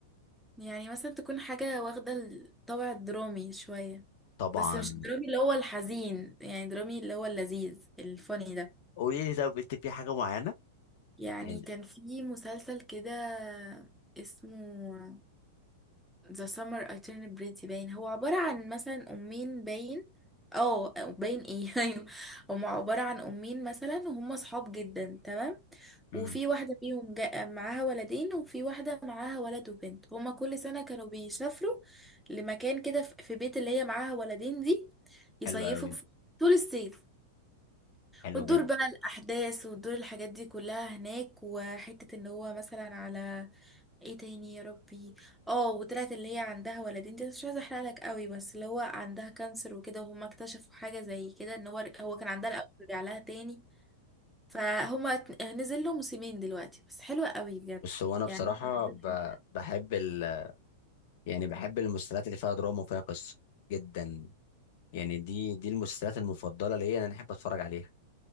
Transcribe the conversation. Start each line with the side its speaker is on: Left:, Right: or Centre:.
Centre: يعني مثلا تكون حاجة واخدة الطابع الدرامي شوية
Left: طبعا
Centre: بس مش الدرامي اللي هو الحزين يعني درامي اللي هو اللذيذ الفاني ده
Left: قولي لي طب انت في حاجة معينة
Centre: يعني
Left: يعني
Centre: كان في مسلسل كده اسمه ذا سمر alternate بريتي باين هو عبارة عن مثلا أمين باين اه أو باين ايه <laughs> ايوه هما عبارة عن أمين مثلا وهم صحاب جدا تمام
Left: امم
Centre: وفي واحدة فيهم جا- معاها ولدين وفي واحدة معاها ولد وبنت هما كل سنة كانوا بيسافروا لمكان كده في في بيت اللي هي معاها ولدين دي يصيفوا
Left: حلو قوي
Centre: في طول الصيف
Left: حلو
Centre: وتدور
Left: جدا
Centre: بقى الأحداث وتدور الحاجات دي كلها هناك وحتة ان هو مثلا على ايه تاني يا ربي اه وطلعت اللي هي عندها ولدين دي مش عايزة احرقلك قوي بس اللي هو عندها كانسر وكده وهما اكتشفوا حاجة زي كده ان هو هو كان عندها الأول رجع لها تاني فهما ت- نزل له موسمين دلوقتي بس حلوة قوي بجد
Left: بس هو انا بصراحه
Centre: يعني هما نزل
Left: ب...
Centre: حلو.
Left: بحب ال... يعني بحب المسلسلات اللي فيها دراما وفيها قصه جدا يعني دي دي المسلسلات المفضله ليا إن انا احب اتفرج عليها